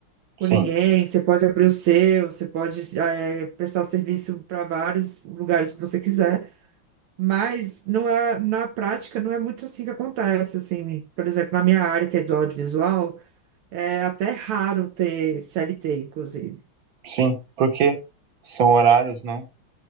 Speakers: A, on the right; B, on the right.
A: Com
B: Sim,
A: ninguém, você pode abrir o seu, você pode eh, prestar serviço para vários lugares que você quiser. Mas não é, na prática não é muito assim que acontece, assim, por exemplo, na minha área, que é do audiovisual, é até raro ter CLT, inclusive.
B: sim, porque são horários, né,